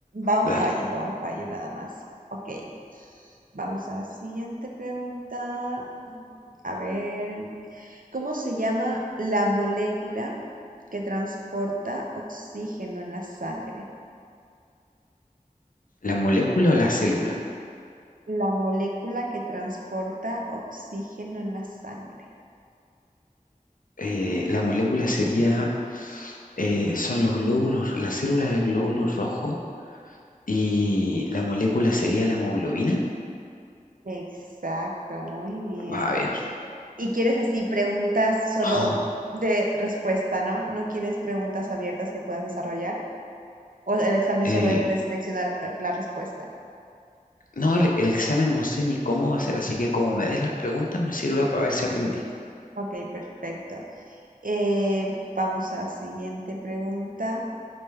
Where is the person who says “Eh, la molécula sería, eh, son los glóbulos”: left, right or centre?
Left